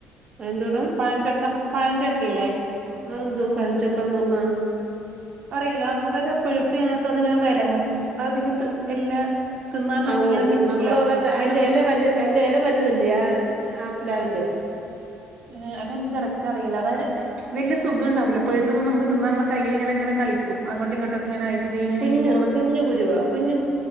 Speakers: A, on the right; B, on the right.
A: അയന്തൂടാ
B: പഴഞ്ചക്ക പഴഞ്ചക്കയില്ലേ
A: അതെന്തു പഴഞ്ചക്കന്ന് പറഞ്ഞാ.
B: അറിയില്ല അതായത്പ്പഴുത്ത് ഞനക്ക് അത്ങ്ങനെ വെലങ്ങും അത് അതികഇങ്ങന വല്ല... തിന്നാൻ നമുക്കിങ്ങനെ
A: ആഓ
B: കിട്ടൂല
A: നമ്മൾോറ
B: ഇങ്ങനെ
A: അതിന്റെ എല വലുതല്ലേഅഹാ... പ്ലാവിന്റെ
B: ഏ അത നമുക്ക് കറക്റ്റ് അറിയില്ല അതായത് വലിയ സുഖംണ്ടാവില്ലോ പഴുത്ത തൊന്നുംനമുക്ക് തിന്നാ നമ്മടെകയ്യിൽ ഇങ്ങനെങ്ങനെ... കളിക്കും അങ്ങോട്ടും ഇങ്ങോട്ടൊക്കെ ഇങ്ങനെ ആയിട്ട് നീങ്ങി നീങ്ങി
A: കുഞ്ഞു
B: പോുന്ന
A: കുഞ്ഞു കുരുവാ കുഞ്ഞു